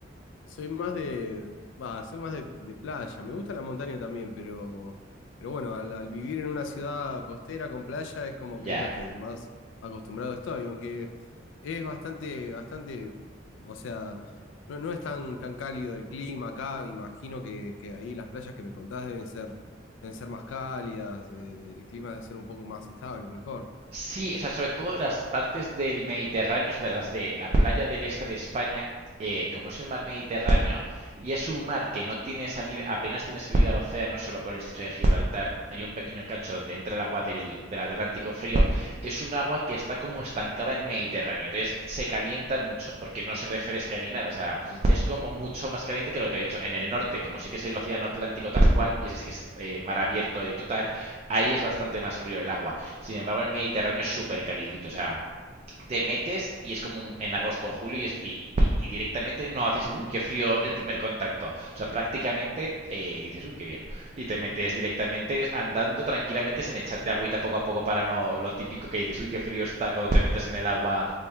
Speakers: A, on the left; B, on the right.
A: Soy más de, va, soy más de, de playa. Me gusta la montaña también, pero, pero bueno, al, al vivir en una ciudad costera con playa es como
B: Ya.
A: que es lo que más acostumbrado estoy, aunque es bastante, bastante, o sea, no, no es tan, tan cálido el clima acá. Imagino que, que ahí las playas que me contás deben ser, deben ser más cálidas, eh, el clima debe ser un poco más estable, mejor.
B: Sí, o sea, sobre todo las partes del Mediterráneo, o sea, de las de la playa del este de España, eh, como es el mar Mediterráneo y es un mar que no tiene salida, apenas tiene salida al océano, solo por el estrecho de Gibraltar, hay un pequeño cacho donde entra el agua del, del Atlántico frío, es un agua que está como estancada en el Mediterráneo, entonces se calienta mucho porque no se refresca ni nada, o sea,
A: Mm,
B: es como mucho más caliente que lo que te he dicho. En el norte, como sí que es el océano Atlántico tal cual, y ese sí que es eh, mar abierto y total, ahí es bastante más frío el agua. Sin embargo, el Mediterráneo es súper calidito, o
A: mm.
B: sea, te metes y es como un- en agosto o julio y, es- y- y- y directamente no haces, uy, qué frío el primer contacto. O sea, prácticamente eh, dices, uy, qué bien. Y te metes directamente andando tranquilamente sin echarte agüita poco a poco para no lo típico que dices, uy, qué frío está cuando te metes en el agua,